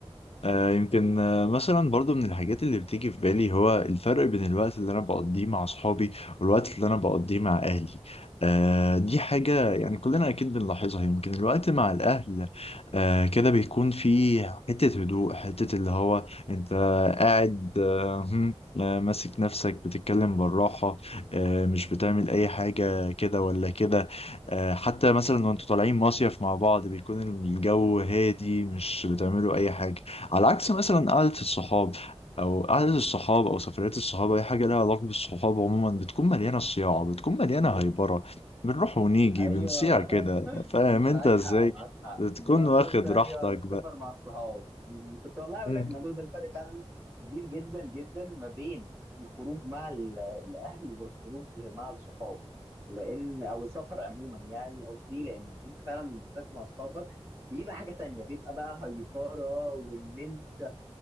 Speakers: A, on the left; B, on the right.
A: آه، يمكن آه، مثلا برضو من الحاجات اللي بتيجي في بالي هو الفرق بين الوقت اللي انا بقضيه مع اصحابي والوقت اللي انا بقضيه مع اهلي آه، دي حاجة يعني كلنا اكيد بنلاحظها يمكن الوقت مع الاهل آه، كده بيكون في حتة هدوء حتة اللي هو انت قاعد آه، هم، آه، ماسك نفسك بتتكلم بالراحة آه، مش بتعمل اي حاجة كده ولا كده آه، حتى مثلا وانتوا طالعين مصيف مع بعض بيكون الجو هادي مش بتعملوا اي حاجة على عكس مثلا قعدة الصحاب أو قعدة الصحاب أو سفريات الصحاب أي حاجة لها علاقة بالصحاب عموما بتكون مليانة صياعة بتكون مليانة هايبرة بنروح ونيجي
B: ايوه
A: بنصيع كده
B: <laughs>
A: فاهم
B: معاك
A: أنت إزاي؟
B: حق معاك حق
A: بتكون
B: بالاخص
A: واخد
B: ايوه
A: راحتك
B: السفر مع الصحاب أمم، كنت والله اقول
A: بقى
B: لك الموضوع ده الفرق فعلا كبير جدا جدا ما بين الخروج مع ال- الاهل والخروج مع الصحاب لان او السفر عموما يعني قصدي لان انت فعلا بتسافر مع اصحابك بيبقى حاجه تانية بيبقى بقى هايبره وان انت